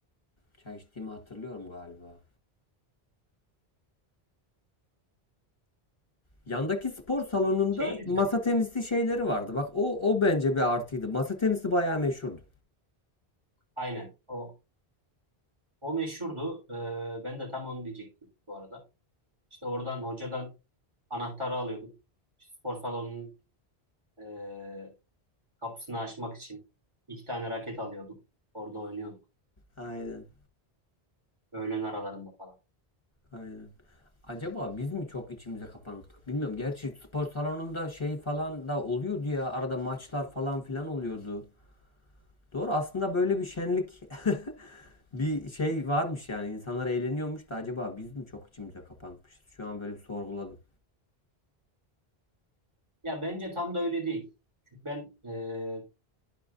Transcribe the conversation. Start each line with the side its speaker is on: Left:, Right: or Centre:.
Left: çay içtiğimi hatırlıyorum galiba. Yandaki spor salonunda
Right: Şey güzel.
Left: masa tenisi şeyleri vardı. Bak o o bence bir artıydı. Masa tenisi bayağı meşhurdu.
Right: Aynen. O, o meşhurdu. Ee, ben de tam onu diyecektim bu arada. İşte oradan hocadan anahtarı alıyorduk. İşte spor salonunun ee, kapısını açmak için iki tane raket alıyorduk. Orada oynuyorduk.
Left: Aynen.
Right: Öğlen aralarında falan.
Left: Aynen. Acaba biz mi çok içimize kapandık? Bilmiyorum. Gerçi spor salonunda şey falan da oluyordu ya. Arada maçlar falan filan oluyordu. Doğru. Aslında böyle bir şenlik <laughs> bir şey varmış yani. İnsanlar eğleniyormuş da acaba biz mi çok içimize kapanmışız? Şu an böyle bir sorguladım.
Right: Ya bence tam da öyle değil. Çünkü ben ee,